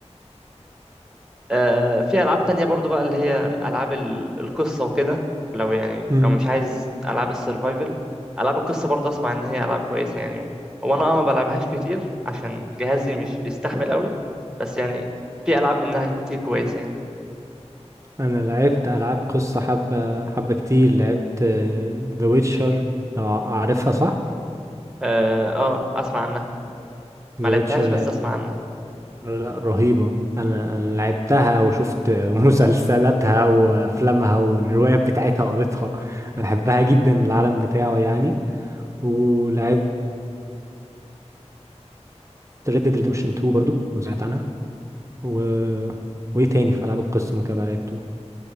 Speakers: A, in the centre; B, on the right (about 25°).
A: آه، في ألعاب تانية برضو بقى اللي هي ألعاب ال- القصة وكده لو يعني
B: مم.
A: لو مش عايز ألعاب السرفايفل ألعاب القصة برضو أسمع إن هي ألعاب كويسة يعني و... وأنا أه ما
B: مم.
A: بلعبهاش كتير عشان جهازي مش بيستحمل قوي بس يعني في ألعاب منها كتير كويسة يعني
B: انا لعبت العاب قصة حبة حبة كتير لعبت ذا ويتشر لو ع- عارفها صح
A: آه, آه أسمع عنها ما
B: ذا
A: لعبتهاش
B: ويتشر لعبت
A: بس أسمع عنها
B: لا رهيبة أنا أنا لعبتها وشفت مسلسلاتها وأفلامها والروايات بتاعتها قريتها أنا بحبها جدا العالم بتاعه يعني ولعبت Red Dead Redemption 2 برضو لو سمعت عنها و... وإيه تاني في ألعاب القصة ممكن أبقى لعبته